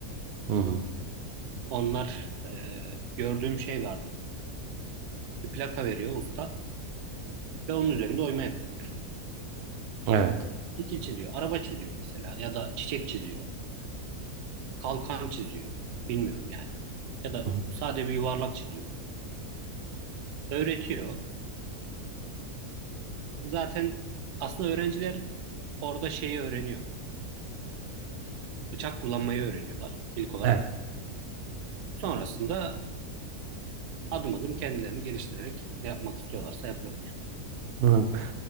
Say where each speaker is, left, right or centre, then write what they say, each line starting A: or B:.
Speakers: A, on the right; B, on the right.
A: hı hı.
B: Onlar e, gördüğüm şey vardı. Bir plaka veriyor usta ve onun üzerinde oyma yapıyorlar.
A: Evet.
B: Şekil çiziyor, araba çiziyor mesela ya da çiçek çiziyor. kalkan çiziyor. Bilmiyorum yani. Ya da
A: Hı hı.
B: sade bir yuvarlak çiziyor. Öğretiyor. Zaten aslında öğrenciler orada şeyi öğreniyor. Bıçak kullanmayı öğreniyorlar ilk olarak.
A: Evet.
B: Sonrasında adım adım kendilerini geliştirerek ne yapmak istiyorlarsa yapıyorlar.
A: Hı hı.